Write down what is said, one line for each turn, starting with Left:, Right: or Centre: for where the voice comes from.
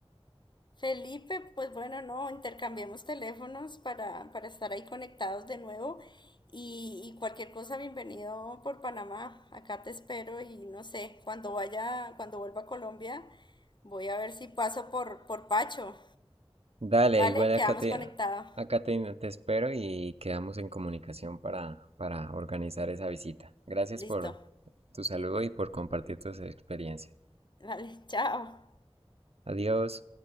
Left: Felipe, pues bueno, no, intercambiemos teléfonos para, para estar ahí conectados de nuevo y, y cualquier cosa, bienvenido por Panamá. Acá te espero y no sé, cuando vaya, cuando vuelva a Colombia, voy a ver si paso por, por Pacho.
Right: Dale,
Left: ¿Vale?
Right: igual acá
Left: Quedamos
Right: te,
Left: conectados.
Right: acá te, te espero y quedamos en comunicación para, para organizar esa visita. Gracias
Left: Listo.
Right: por tu saludo y por compartir tus experiencias.
Left: Vale, <laughs> chao.
Right: Adiós.